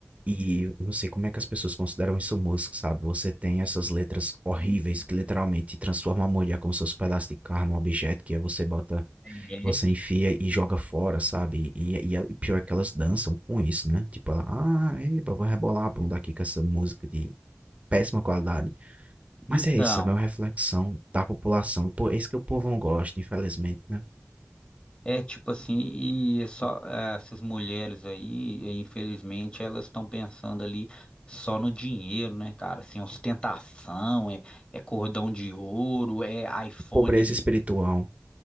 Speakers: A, on the right; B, on the left.
A: E eu não sei como é que as pessoas consideram isso música, sabe? Você tem essas letras horríveis
B: Uhum.
A: que literalmente transformam a mulher como se fosse um pedaço de carne, um objeto que aí você bota
B: É.
A: Você enfia e joga fora, sabe? E, e, e pior é que elas dançam com isso, né? Tipo, ah, eba, vou rebolar a bunda aqui com essa música de péssima qualidade. Mas
B: Então,
A: é isso, sabe? É uma reflexão da população. Pô, é isso que o povo não gosta, infelizmente, né?
B: É tipo assim, e é só ah, essas mulheres aí, eh, infelizmente, elas estão pensando ali só no dinheiro, né, cara? Assim, ostentação, é, é cordão de ouro, é iPhone,
A: Pobreza espiritual.